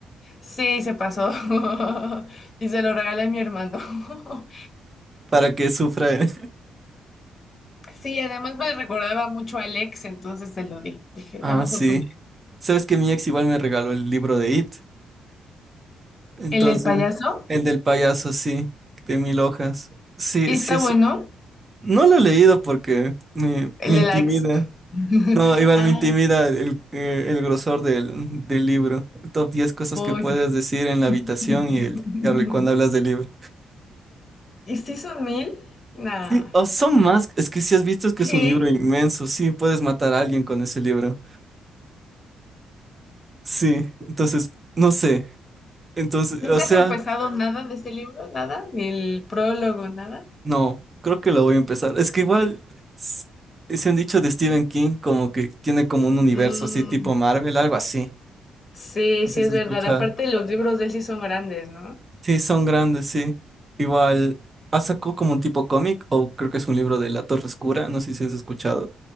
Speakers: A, on the left; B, on the right.
A: Sí, se pasó. <laughs> Y se lo regalé a mi hermano. <laughs>
B: para que sufra. <laughs> eh.
A: Sí, además me recordaba mucho a Alex, entonces se lo di. Dije,
B: Ah,
A: a mejor
B: sí.
A: tú. léelo".
B: Sabes que mi ex igual me regaló el libro de It. Entonces,
A: El del payaso,
B: el del payaso, sí, de mil hojas. Sí,
A: y está
B: sí, eso.
A: bueno.
B: No lo he leído porque me,
A: El
B: me
A: de
B: intimida.
A: la ex. <laughs>
B: No, igual
A: Ah.
B: me intimida el, eh, el grosor del, del libro. Top diez cosas
A: Uy,
B: que puedes
A: sí.
B: decir en la
A: <laughs>
B: habitación y, el, y hable- cuando hablas del libro.
A: ¿Y si son mil? Nada.
B: Sí, o son más, es que si has visto es que
A: ¿Qué?
B: es un libro inmenso, sí, puedes matar a alguien con ese libro. Sí, entonces, no sé. Entonces,
A: ¿Nunca
B: o sea,
A: has empezado nada de este libro? ¿Nada? ¿Ni el prólogo? ¿Nada?
B: no, creo que lo voy a empezar. Es que igual, s- se han dicho de Stephen King como que tiene como un universo
A: Mm,
B: así tipo Marvel, algo así.
A: Sí,
B: Así
A: sí, es
B: se escucha.
A: verdad. Aparte, los libros de él sí son grandes, ¿no?
B: Sí, son grandes, sí. Igual, ha sacado como un tipo cómic, o creo que es un libro de La Torre Oscura, no sé si has escuchado,